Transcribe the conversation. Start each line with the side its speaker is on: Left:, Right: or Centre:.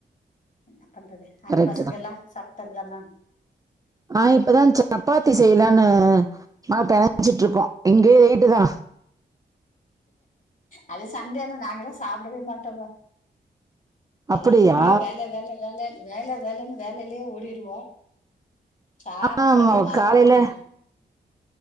Left: என்ன பண்றது அங்க
Right: கரெக்ட்
Left: பசங்கெல்லா
Right: தான்.
Left: சாப்ட்டாங்களா மேம்
Right: ஆ இப்பதா சப்பாத்தி செய்யலானு மாவு பெணைஞ்சிட்ருக்கோ இங்கயே லேட்டு தா
Left: அது சண்டேயான நாங்கல்லா சாப்டவே மாட்டேங்க அது
Right: அப்படியா
Left: எப்புடியு வேல வேல வேல வேல வேலன்னு வேலயிலே ஓடிடுவோ சாப்புட்றதே
Right: ஆமா
Left: ம
Right: காலையில
Left: அப்ப <unintelligible>